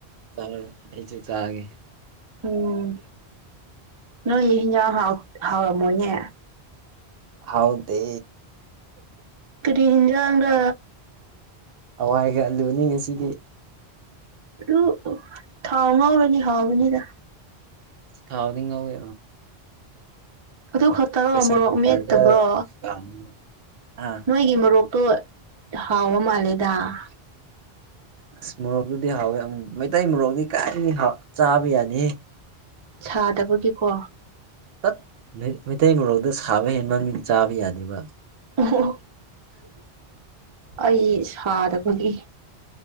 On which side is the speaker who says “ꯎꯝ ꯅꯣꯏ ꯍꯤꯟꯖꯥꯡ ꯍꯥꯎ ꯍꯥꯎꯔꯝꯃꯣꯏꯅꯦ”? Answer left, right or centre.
Right